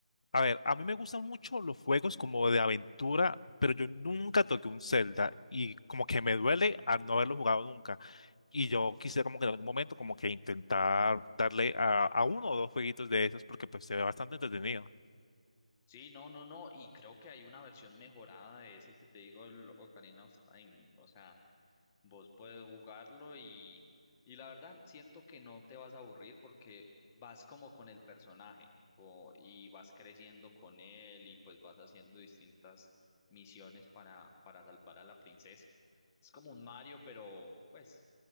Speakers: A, on the left; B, on the left.
A: a ver, a mí me gustan mucho los juegos como de aventura, pero yo nunca toqué un Zelda. Y como que me duele al no haberlo jugado nunca. Y yo quisiera como que en algún momento como que intentar darle a, a uno o dos jueguitos de esos porque pues se ve bastante entretenido.
B: Sí, no, no, no. Y creo que hay una versión mejorada de ese que te digo, el Ocarina of Time. O sea. vos puedes jugarlo y, y la verdad siento que no te vas a aburrir porque vas como con el personaje o- y vas creciendo con él y pues vas haciendo distintas misiones para, para salvar a la princesa. Es como un Mario, pero pues